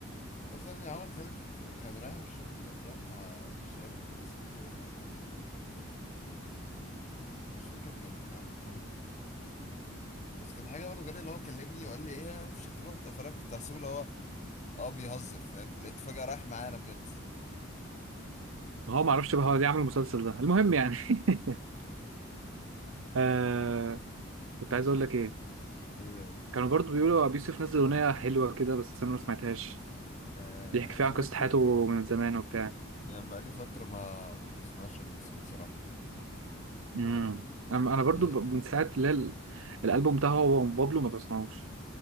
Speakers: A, on the left (about 35°); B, on the right (about 85°).
A: بس يعني عمر خالد كان رايح مش فاكر كان رايح مع أشرقت ومش فاكر كان مع مين تاني كده بس كانت حاجة برضه غريبة اللي هو كلمني وقال لي ايه مش هتروح فانا كنت هحسبه اللي هو اه بيهزر فاهم لقيت فجأة رايح معانا بجد
B: ما هو ما اعرفش بقى هو ليه عامل المسلسل ده المهم يعني <laughs> آه كنت عايز اقول لك ايه
A: ايوه
B: كانوا برضو بيقولوا ابي يوسف نزل اغنيه حلوه كده بس انا ما سمعتهاش
A: آه
B: بيحكي
A: انا
B: فيها
A: اصلا
B: عن قصه
A: بقى كتير
B: حياته من زمان وبتاع
A: يعني بقى لي فترة ما بسمعش ابي يوسف بصراحة
B: امم انا أنا برضو
A: ايه
B: ب- من ساعه اللي هي ال- الالبوم بتاعه هو وبابلو ما بسمعوش